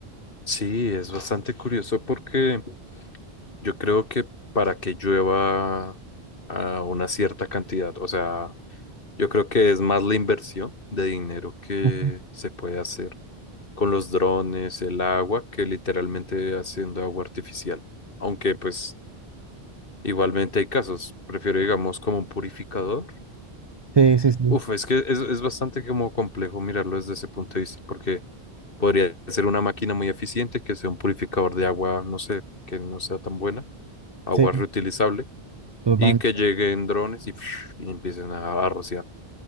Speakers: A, on the left; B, on the right.
A: Sí, es bastante curioso porque yo creo que para que llueva a una cierta cantidad, o sea, yo creo que es más la inversión de dinero que
B: Ujú.
A: se puede hacer con los drones, el agua, que literalmente haciendo agua artificial. Aunque pues igualmente hay casos, prefiero digamos como un purificador
B: Sí, sí, sí,
A: Uf, es que es, es bastante como complejo mirarlo desde ese punto de vista, porque podría ser una máquina muy eficiente, que sea un purificador de agua, no sé, que no sea tan buena, agua
B: sí,
A: reutilizable,
B: totalmente.
A: y que lleguen drones y, <laughs> <sniffs> y empiecen a, a rociar.